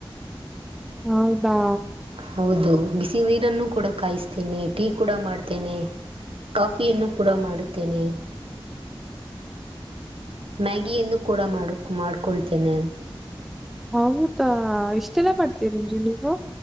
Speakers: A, in the centre; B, on the right.
A: ಹೌದಾ.
B: ಹೌದು ಬಿಸಿ ನೀರನ್ನು ಕೂಡ ಕಾಯಿಸ್ತೇನೆ ಟೀ ಕೂಡ ಮಾಡ್ತೇನೆ. ಕಾಫಿಯನ್ನು ಕೂಡ ಮಾಡುತ್ತೇನೆ. ಮ್ಯಾಗಿಯನ್ನು ಕೂಡ ಮಾಡ್ ಮಾಡ್ಕೊಳ್ತಿನ್ ನಾನು.
A: ಹೌದಾ.. ಇಷ್ಟೇಲ್ಲ ಮಾಡ್ತೀರೆನ್ರಿ ನೀವು.